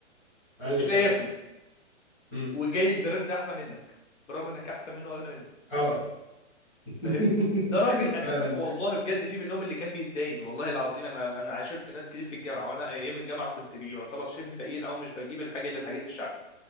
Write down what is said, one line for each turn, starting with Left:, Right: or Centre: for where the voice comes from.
Centre: ايوه
Left: ومش
Centre: فعلا
Left: لاقي ياكل
Centre: مم.
Left: وجايب براند احلى منك برغم انك احسن منه واغنى منه
Centre: اه <laughs>
Left: فاهمني ده راجل اساسا
Centre: فعلا
Left: والله بجد في منهم اللي كان بيتداين والله العظيم انا انا عاشرت ناس كتير في الجامعه وانا ايام الجامعه كنت يعتبر شبه فقير او مش بجيب الحاجه الا الحاجات الشعبي